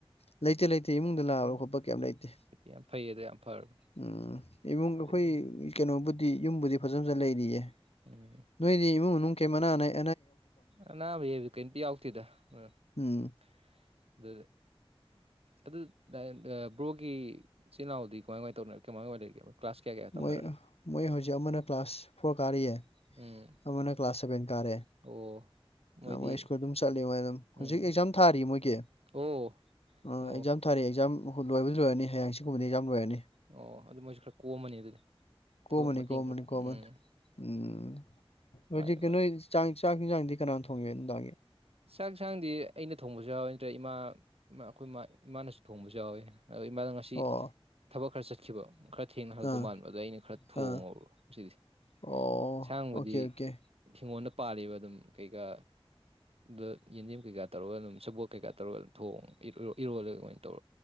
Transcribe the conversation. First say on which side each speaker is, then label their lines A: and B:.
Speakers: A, on the left (about 80°); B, on the right (about 75°).
A: ꯂꯩꯇꯦ ꯂꯩꯇꯦ ꯏꯃꯨꯡꯗ ꯂꯥꯛꯕ
B: ꯎꯝ
A: ꯈꯣꯠꯄ ꯀꯌꯥꯝ ꯂꯩꯇꯦ
B: ꯌꯥꯝ ꯐꯩ ꯑꯗꯣ ꯌꯥꯝ ꯐꯔꯕꯅꯦ
A: ꯎꯝ ꯏꯃꯨꯡꯒ
B: ꯑꯗꯒꯤ
A: ꯀꯩꯅꯣꯕꯨꯗꯤ ꯌꯨꯝꯕꯨꯗꯤ ꯐꯖ ꯐꯖꯅ ꯂꯩꯔꯤꯌꯦ
B: ꯎꯝ
A: ꯅꯣꯏꯗꯤ ꯏꯃꯨꯡ ꯃꯅꯨꯡ ꯀꯦꯝ ꯑꯅꯥ ꯑꯅꯥꯌꯦꯛ
B: ꯑꯅꯥꯕ ꯌꯦꯩꯕꯗꯤ ꯀꯩꯔꯤꯝꯇ ꯌꯥꯎꯗꯦꯗ ꯎ ꯑꯗꯨꯗꯤ
A: ꯎꯝ
B: ꯑꯗꯨ ꯕ꯭ꯔꯣꯒꯤ ꯏꯆꯤꯜ ꯏꯅꯥꯎꯗꯤ ꯀꯃꯥꯏ ꯀꯃꯥꯏ ꯇꯧꯅ ꯀꯃꯥꯏ ꯀꯃꯥꯏ ꯂꯩꯔꯤꯒꯦ ꯀ꯭ꯂꯥꯁ ꯀꯌꯥ ꯀꯌꯥ ꯇꯝꯅꯔꯒꯦ
A: ꯃꯣꯏ ꯃꯣꯏ ꯍꯧꯖꯤꯛ ꯑꯃꯅ ꯀ꯭ꯂꯥꯁ ꯐꯣꯔ ꯀꯥꯔꯤꯌꯦ
B: ꯎꯝ
A: ꯑꯃꯅ ꯀ꯭ꯂꯥꯁ ꯁꯚꯦꯟ ꯀꯥꯔꯦ
B: ꯑꯣ ꯃꯣꯏꯗꯤ
A: ꯃꯣꯏ ꯁ꯭ꯀꯨꯜ ꯑꯗꯨꯝ ꯆꯠꯂꯤ ꯃꯣꯏ ꯑꯗꯨꯝ ꯍꯧꯖꯤꯛ
B: ꯎꯝ
A: ꯑꯦꯛꯖꯥꯝ ꯊꯥꯔꯤ ꯃꯣꯏꯒꯤ
B: ꯑꯣ
A: ꯑꯥ
B: ꯑꯣ
A: ꯑꯦꯛꯖꯥꯝ ꯊꯥꯔꯑ ꯑꯦꯛꯥꯝ ꯂꯣꯏꯕꯗꯤ ꯂꯔꯅꯤ ꯍꯌꯦꯡ ꯁꯤꯒꯨꯝꯕꯗꯤ ꯑꯦꯛꯥꯝ ꯂꯣꯏꯔꯅꯤ
B: ꯑꯣ ꯑꯗꯨ ꯃꯣꯏꯁꯨ ꯈꯔ ꯀꯣꯝꯃꯅꯤ ꯑꯗꯨꯗꯤ
A: ꯀꯣꯃꯅꯤ
B: ꯊꯕꯛ ꯃꯇꯦꯡ
A: ꯀꯣꯃꯅꯤ
B: ꯈꯔ ꯎꯝ
A: ꯀꯣꯃꯅꯤ ꯎꯝ ꯍꯧꯖꯤ
B: ꯃꯥꯅꯤ
A: ꯀꯩꯅꯣ
B: ꯃꯥꯅꯤ
A: ꯆꯥꯛ ꯆꯥꯛ ꯍꯤꯡꯖꯥꯡꯗꯤ ꯀꯅꯥꯣ ꯊꯣꯡꯉꯦ ꯅꯨꯡꯗꯥꯡꯒꯤ
B: ꯆꯥꯛꯁꯥꯡꯗꯤ ꯑꯩꯅ ꯊꯣꯡꯕꯁꯨ ꯌꯥꯎꯋꯤ ꯅꯠꯇ꯭ꯔꯦ ꯏꯃꯥ ꯑꯩꯈꯣꯏ ꯏꯃꯥꯅꯁꯨ ꯊꯣꯡꯕꯁꯨ ꯌꯥꯎꯋꯦ ꯑ ꯏꯃꯥꯅ ꯉꯁꯤ
A: ꯑꯣ
B: ꯊꯕꯛ ꯈꯔ ꯆꯠꯈꯤꯕ ꯈꯔ ꯊꯦꯡꯅ ꯍꯜꯂꯛꯇꯧ
A: ꯑꯥ
B: ꯃꯥꯟꯕ ꯑꯗꯣ ꯑꯩꯅ ꯈꯔ ꯊꯣꯡꯉꯕ
A: ꯑꯥ
B: ꯉꯁꯤꯗꯤ
A: ꯑꯣ
B: ꯢꯟꯁꯥꯡ
A: ꯑꯣꯀꯦ
B: ꯕꯨꯗꯤ
A: ꯑꯣꯀꯦ
B: ꯍꯤꯡꯒꯣꯣꯟꯗ ꯄꯥꯜꯂꯤꯕ ꯑꯗꯨꯝ ꯀꯩꯀꯥ ꯗ ꯌꯦꯟꯗꯦꯝ ꯀꯩꯀꯥ ꯇꯧꯔꯒ ꯑꯗꯨꯝ ꯁ‌ꯦꯕꯣꯠ ꯀꯩꯀꯥ ꯇꯧꯔꯒ ꯑꯗꯨꯝ ꯊꯣꯡ ꯏ ꯏꯔꯣꯜꯂ ꯑꯗꯨꯃꯥꯏꯅ ꯇꯧꯔ